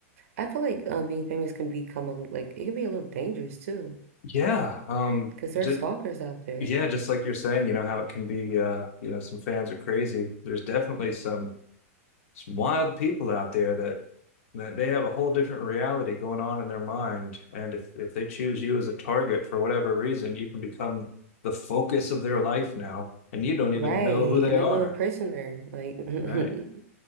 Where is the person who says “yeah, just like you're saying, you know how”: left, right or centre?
Left